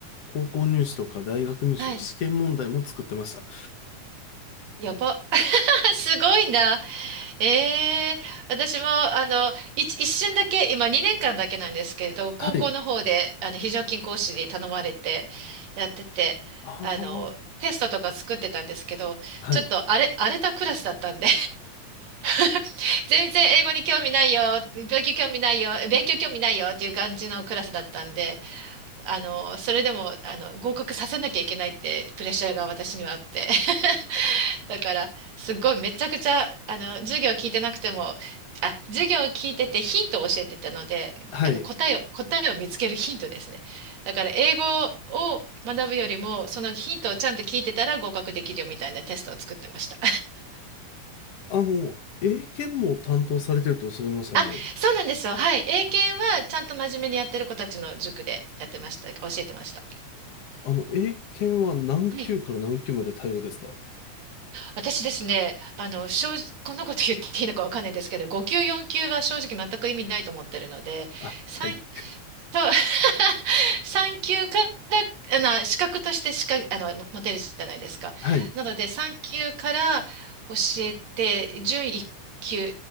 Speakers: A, on the left; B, on the right.
A: 高校入試とか大学入試の試験問題も作ってました。
B: <laughs> はい。やば。<laughs> すごいな。ええ私も、あの、一、一瞬だけ、今2年間だけなんですけど、高校の方で、
A: はい。
B: あの、非常勤講師に頼まれて、やってて、
A: ああ、
B: あの、テストとか作ってたんですけど、
A: はい。
B: ちょっと荒れ、荒れたクラスだったんで <laughs> 全然英語に興味ないよ、勉強興味ないよ、勉強興味ないよっていう感じのクラスだったんで、あの、それでも、あの、合格させなきゃいけないってプレッシャーが私にはあって。<laughs> だから、すごいめちゃくちゃ、あの、授業聞いてなくても、あ、授業を聞いててヒントを教えてたので、
A: はい。
B: あの、答えを、答えを見つけるヒントですね。だから、英語を学ぶよりも、そのヒントをちゃんと聞いてたら合格できるよみたいなテストを作ってました。
A: あの、英検も担当されてるとおっしゃいましたね。
B: あ、そうなんですよ。はい。英検はちゃんと真面目にやってる子たちの塾でやってました。教えてました。
A: あの、英検は何級から何級まで対応ですか
B: はい。私ですね、あの、正直、こんなこと言っていいのかわかんないですけど、5級、4級は正直全く意味ないと思ってるので、
A: あ、
B: さんと、
A: はい。
B: <laughs> 産休から、あの、資格としてしか、あの、も持てるじゃないですか。
A: はい。
B: なので、産休から教えて、準一級、